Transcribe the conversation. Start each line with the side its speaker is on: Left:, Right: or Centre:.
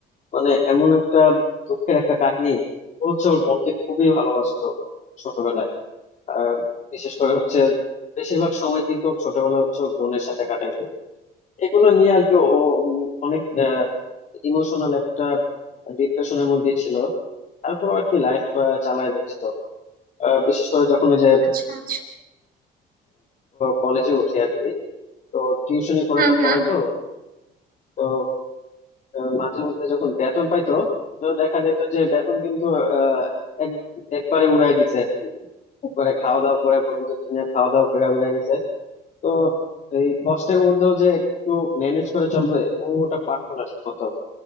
Left: মানে এমন একটা দুঃখের একটা কাহিনী ও হচ্ছে ওর বোনকে খুবই ভালোবাসতো ছোটবেলায় আহ বিশেষ করে হচ্ছে বেশিরভাগ সময় কিন্তু ওর ছোটবেলা হচ্ছে ওর বোনের সাথে কাটাইছিল এগুলো নিয়ে আর কি ও উম, অনেক ইমোশনাল একটা ডিপ্রেশনের মধ্যে ছিল তারপর আর কি লাইফ চালায় যাচ্ছিল আহ, বিশেষ করে যখন ওই যে
Right: আচ্ছা আচ্ছা
Left: কলেজে উঠে আর কি তো টিউশনি করে
Right: হুম
Left: তো
Right: হুম
Left: পড়াই তো তো আহ, মাঝে মধ্যে যখন বেতন পাইতো তো দেখা যেত যে বেতন কিন্তু আহ, এক একবারে উড়াই দিছে আর কি একবারে খাওয়া দাওয়া করে বন্ধুদেরকে নিয়ে খাওয়া দাওয়া করে উড়াই দিছে তো এই কষ্টের মধ্যেও যে একটু ম্যানেজ করে চলবে ও ওটা পারতো না ঠিক মতো